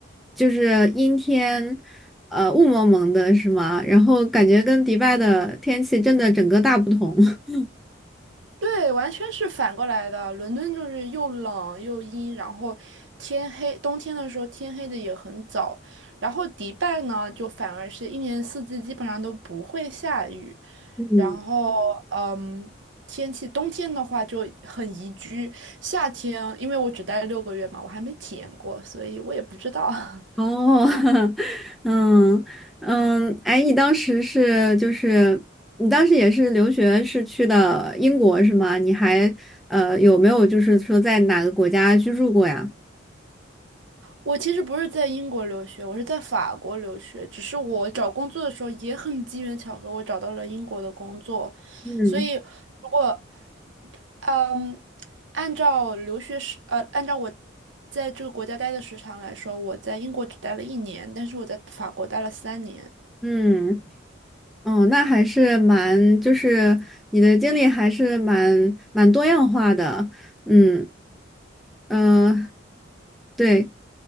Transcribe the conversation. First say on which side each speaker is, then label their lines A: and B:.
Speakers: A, in the centre; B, on the right.
A: 就是阴天，呃，雾蒙蒙的，是吗？然后感觉跟迪拜的天气真的整个大不同。<laughs>
B: 对，完全是反过来的。伦敦就是又冷又阴，然后天黑，冬天的时候天黑的也很早。然后迪拜呢，就反而是一年四季基本上都不会下雨。
A: 嗯，
B: 然后，嗯，天气冬天的话就很宜居，夏天因为我只待了六个月嘛，我还没体验过，所以我也不知道。<laughs>
A: 哦，<laughs> 嗯嗯，哎，你当时是就是你当时也是留学是去的英国是吗？你还呃有没有就是说在哪个国家居住过呀？
B: 我其实不是在英国留学，我是在法国留学。只是我找工作的时候也很机缘巧合，我找到了英国的工作。
A: 嗯。
B: 所以，如果嗯，按照留学时呃，按照我在这个国家待的时长来说，我在英国只待了一年，但是我在法国待了三年。
A: 嗯，哦，那还是蛮，就是你的经历还是蛮蛮多样化的。嗯，呃，对，